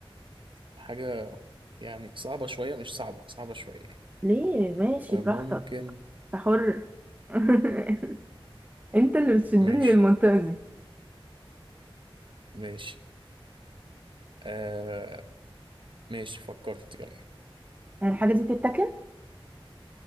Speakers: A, on the right (about 60°); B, on the right (about 15°).
A: حاجة يعني صعبة شوية مش صعبة صعبة شوية يعني
B: ليه ماشي
A: فممكن
B: براحتك أنت حر <laughs> انت اللي بتشدني
A: ماشي
B: للمنطقة دي
A: ماشي آه ماشي فكرت يلا
B: يعني الحاجة دي بتتاكل